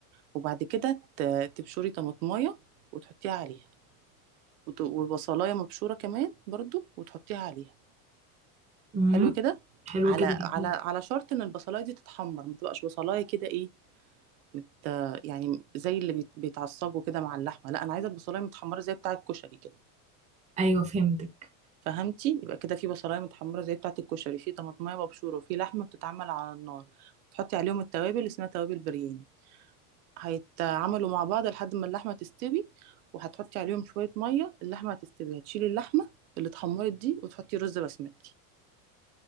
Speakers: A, on the right (about 85°); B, on the right (about 15°).
A: وبعد كده ت- تبشري طماطماية وتحطيها عليها وت- وبصلاية مبشورة كمان برضو وتحطيها عليها
B: امم
A: حلو كده
B: حلو
A: على
B: كده جدا
A: على على شرط إن البصلاية دي تتحمر ما تبقاش بصلاية كده إيه مت يعني زي اللي بيت- بيتعصجوا كده مع اللحمة لا أنا عايزة البصلاية متحمرة زي بتاعة الكشري كده
B: ايوه فهمتك
A: فهمتي يبقى كده في بصلايه متحمره زي بتاعه الكشري في طماطمايه مبشوره وفي لحمه بتتعمل على النار تحطي عليهم التوابل اسمها توابل برياني هيتعملوا مع بعض لحد ما اللحمه تستوي وهتحطي عليهم شويه ميه اللحمه هتستوي هتشيلي اللحمه اللي اتحمرت دي وتحطي رز بسمتي